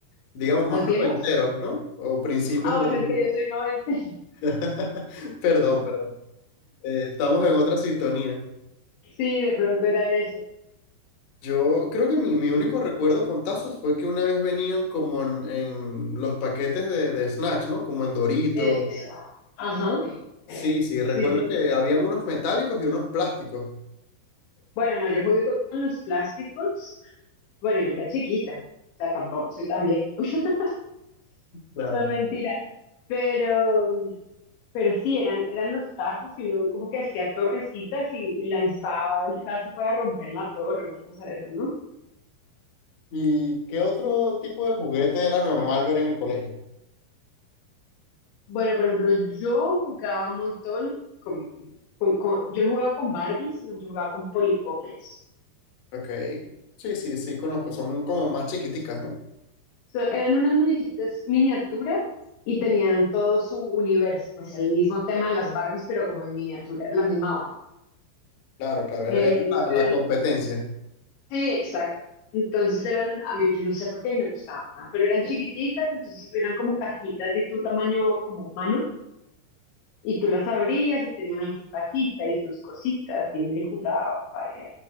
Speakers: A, on the left; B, on the left.
A: digamos,
B: más
A: más noventeros,
B: viejos.
A: ¿no? O principios
B: Ah,
A: de
B: bueno,
A: los dos
B: es
A: mil.
B: que yo soy 90.
A: <laughs> Perdón, perdón. Eh, estamos en otra sintonía.
B: Sí, de pronto era eso.
A: Yo creo que mi, mi único recuerdo con tazos fue que una vez venían como en, en los paquetes de, de snacks, ¿no? Como en Dorito.
B: Eso. Ajá.
A: Sí, sí,
B: Sí,
A: recuerdo
B: sí,
A: que
B: sí.
A: habían unos metálicos y unos plásticos.
B: Bueno, no, yo jugué con con los plásticos. Bueno, yo era chiquita. O sea, tampoco soy tan vieja. <laughs>
A: Claro.
B: No, mentira. Pero, pero sí, eran, eran los tazos y uno como que hacía torrecitas y, y lanzaba el tazo para romper la torre, una cosa de esas, ¿no?
A: ¿Y qué otro tipo de juguete era normal ver en el colegio?
B: Bueno, por ejemplo, yo jugaba un montón con, con- con- yo no jugaba con Barbie, sino yo jugaba con Polly Pockets.
A: Ok. Sí, sí, sí, conozco. Son como más chiquiticas, ¿no?
B: So- eran unas muñequitas miniatura y tenían todo su universo, pues el mismo tema de las Barbies, pero como en miniatura, era la misma vaina.
A: Claro, claro,
B: Eh,
A: era, era
B: pero
A: la, la competencia.
B: sí, exacto. Entonces eran, a mí yo no sé por qué me gustaban, pero eran chiquiticas, entonces eran como cajitas de tu tamaño como mano Y tú las abrías y tenían ahí su casita y sus cositas y uno ahí jugaba. y bueno.